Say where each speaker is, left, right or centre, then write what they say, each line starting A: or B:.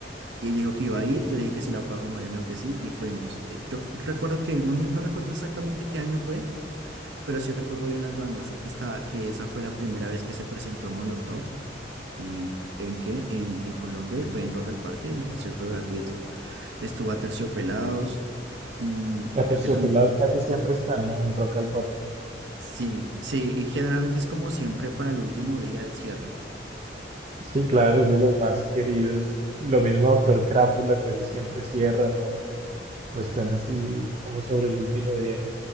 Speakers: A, on the right (about 80°); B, on the right (about 35°).
A: Y ella dijo que iba a ir, yo le dije que si la puedo acompañar, me dijo que sí, y fuimos. Eh, yo recuerdo que, no, me- no recuerdo exactamente qué año fue, pero sí recuerdo bien las bandas, sé que, estaba, que esa fue la primera vez que se presentó Molotov ¿En, en qué? En, en Colombia y fue en Rock al Parque, un concierto gratuito. Estuvo a Terciopelados, mm,
B: Aterciopelados
A: creo que también.
B: casi siempre están, ¿no? En Rock al Parque.
A: Sí, sí, y generalmente es como siempre para el último día, el cierre.
B: Sí, claro, es de los más queridos. Lo mismo Doctor Crápula, casi siempre cierran o, o están así como sobre el último día.